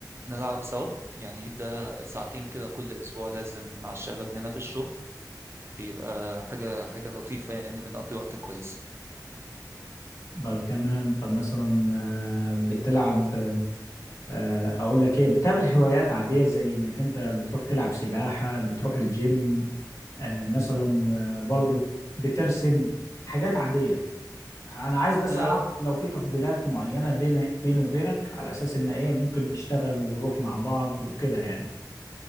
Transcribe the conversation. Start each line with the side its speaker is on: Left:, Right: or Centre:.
Right: نلعب سوا يعني ده ساعتين كده كل أسبوع لازم مع الشباب هنا في الشغل بيبقى حاجة حاجة لطيفة يعني بنقضي وقت كويس
Left: طب تمام طب مثلا آه، بتلعب آه، اقول لك ايه بتعمل هوايات عاديه زي انك انت بتروح تلعب سباحه بتروح الجيم آه، مثلا آه، برضو بترسم حاجات عاديه انا عايز بس
Right: آه،
Left: اعرف لو في تفضيلات معينه بيني بيني وبينك على اساس ان ايه ممكن نشتغل ونروح مع بعض وكده يعني